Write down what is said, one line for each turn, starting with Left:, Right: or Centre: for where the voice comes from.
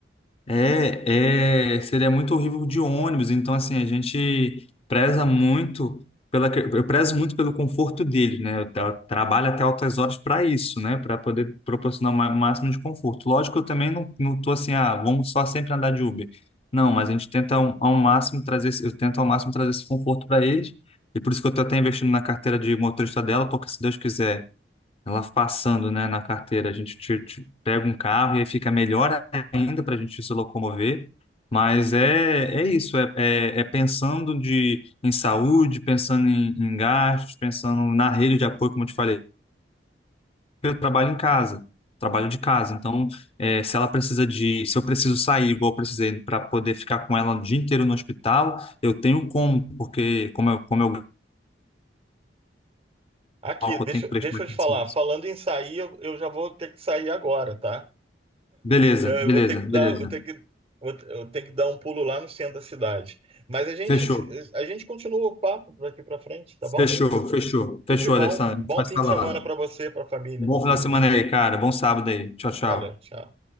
Left: É, é, seria muito horrível de ônibus. Então, assim, a gente preza muito pela, que- eu prezo muito pelo conforto dele, né? Eu tra- trabalho até altas horas para isso, né? Para poder proporcionar o ma- máximo de conforto. Lógico, eu também não, não tô assim, ah, vamos só sempre andar de Uber. Não, mas a gente tenta ao, ao máximo trazer, esse- eu tento ao máximo trazer esse conforto para eles. E por isso que eu tô até investindo na carteira de motorista dela, porque se Deus quiser ela passando, né, na carteira. A gente te- te pega um carro e aí fica melhor ainda para a gente se locomover. Mas é, é isso, é, é, é pensando de, em saúde, pensando em, em gastos, pensando na rede de apoio, como eu te falei. Eu trabalho em casa, trabalho de casa. Então, é, se ela precisa de, se eu preciso sair, igual eu precisei, para poder ficar com ela o dia inteiro no hospital, eu tenho como, porque como eu, como eu,
Right: Aqui, deixa,
Left: eu tenho que prestar
Right: deixa
Left: atenção
Right: eu te falar.
Left: nisso.
Right: Falando em sair, eu, eu já vou ter que sair agora, tá?
Left: Beleza,
Right: É,
Left: beleza,
Right: eu vou ter que
Left: beleza.
Right: dar, vou ter que, vou, te- eu tenho que dar um pulo lá no centro da cidade. Mas a gente,
Left: Fechou.
Right: se- a gente continua o papo daqui para frente, tá bom?
Left: Fechou, fechou. Fechou,
Right: Tudo de bom.
Left: Alessandro. A gente
Right: Bom
Left: vai se
Right: fim
Left: falando.
Right: de semana para você, para a família.
Left: Bom final de semana aí, cara. Bom sábado aí. Tchau, tchau.
Right: Valeu, tchau.